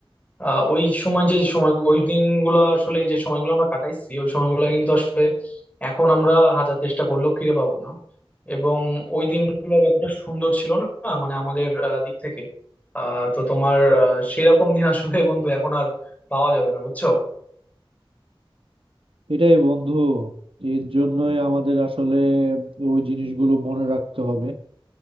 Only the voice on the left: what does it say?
আহ, ওই সময় যে সময় ওই দিনগুলো আসলে যে সময়গুলো আমরা কাটাইছি ওই সময়গুলো কিন্তু আসলে এখন আমরা হাজার চেষ্টা করলেও ফিরে পাবো না এবং ওই দিনগুলো যতটা সুন্দর ছিল না মানে আমাদের আহ, দিক থেকে আহ, তো তোমার আহ, সেরকম দিন আসলে বন্ধু এখন আর পাওয়া যাবে না বুঝছো